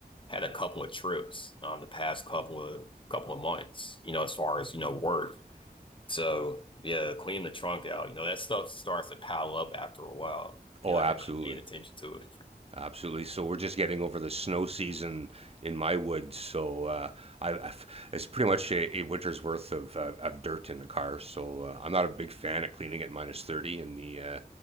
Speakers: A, on the left; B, on the right.
A: had a couple of trips um the past couple of couple of months. You know, as far as you know, work. So yeah, cleaning the trunk out. You know, that stuff starts to pile up after a while.
B: Oh,
A: You know,
B: absolutely.
A: if you're not paying attention to it.
B: Absolutely. So we're just getting over the snow season in my woods. So uh, I, I've, it's pretty much a, a winter's worth of, uh, of dirt in the car. So uh, I'm not a big fan of cleaning at minus 30 in the. Uh,